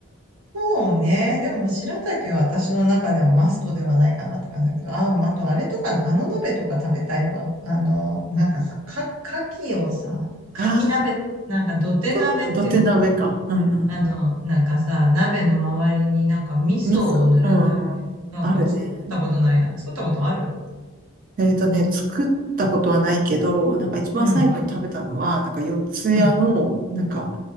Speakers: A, on the right (about 85°); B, on the right (about 40°).
A: そうね。でも、まあ白滝は私の中ではマストではないかなって感じだけど、あ、まああとあれとか、あの鍋とか食べたいわ。あの、なんかさ、か、牡蠣をさ、牡蠣鍋、
B: ああ、
A: なんか土手鍋っていうの
B: ど、土手鍋か。うんうん。
A: あの、なんかさ、鍋の周りになんか味噌を塗るんだっけなんか作ったことないな。
B: 味噌。うんうん。あるね。
A: 作ったことある
B: えっとね、作ったことはないけど、なんか一番最後に食べたのは、
A: うん、
B: なんか四ツ谷の、
A: うん、う
B: なんか、